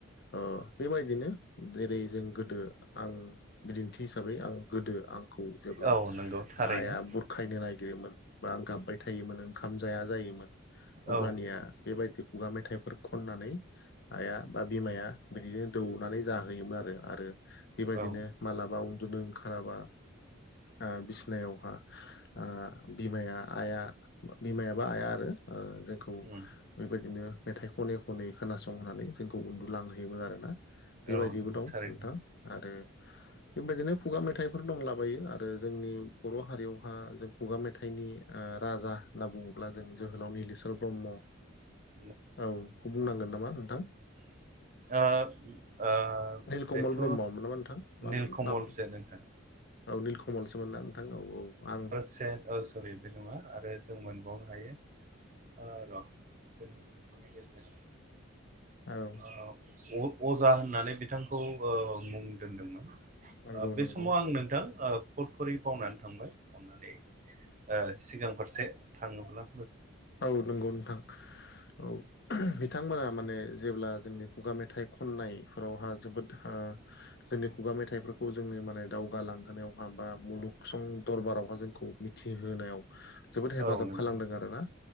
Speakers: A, on the left; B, on the right.
A: ओ बेबायदिनो जेरै जों गोदो आं बिदिन्थि हिसाबै आं गोदो आं खौ जेब्ला
B: औ नंगौ थारैनो
A: आइआ बुरखायनो नागिरोमोन बा आं गाबबाय थायोमोन ओंखाम जाया जायोमोन अब्लानिया
B: औ
A: बेबायदि खुगा मेथाइफोर खननानै आइया बा बिमाया बिदिनो दौनानै जाहोयोमोन आरो आरो बेबायदिनो
B: औ
A: मालाबा उन्दुदों ओंखाराबा ओ बिसिनायावहा ओ बिमाया आइया बिमायाबा आइआ आरो ओ जों
B: उम,
A: बेबायदिनो मेथाइ खनै खनै खोनासंहनानै जोंखौ उन्दु लांहोयोमोन आरोना। बेबायदिबो
B: औ नंगौ
A: दं
B: थारैनो
A: नोंथां आरो बेबायदिनो खुगा मेथाइफोर दंलाबायो आ रो जोंनि बर' हारियावहा जों खुगा मेथाइनि ओ राजा होनना बुङो। अब्ला जों जोहोलाव निलेस्वर ब्रह्म
B: <inaudible>
A: औ खौ बुंनांगोन नामा नोंथां?
B: ओ ओ
A: निलकमल
B: बेथ'
A: ब्रह्ममोन नामा नोंथां मामोन
B: निलकमलसो
A: नामखौ
B: नोंथां
A: औ निल कमलसोमोना नोंथां औ औ आं
B: सेट अष्ट सरि बे नङा आरो जों मोनबावनो हायो ओ र' जोंनि <unintelligible>
A: औ
B: औ‌ बुहुत अजा होननानै बिथांखौ ओ मुं दोनदोंमोन।
A: नंगौ
B: ओ बे
A: नंगौ
B: समाव आं नोंथां ओ फुटकरि बावनानै थांबाय ओमफाय ओ सिगां फारसे थांनोब्ला
A: औ नंगौ नोंथां औ बिथांमोना माने जेब्ला जोंनि खुगा मेथाइ खननायफोरावहा जोबोदहा जोंनि खुगा मेथाइफोरखौ जोंनो माने दावगालांहोनायावहा बा मुलुगसं दरबारावहा जोंखौ मिथिहोनायाव जोबोद
B: औ
A: हेफाजाब
B: नंगौ
A: खालामदों आरोना।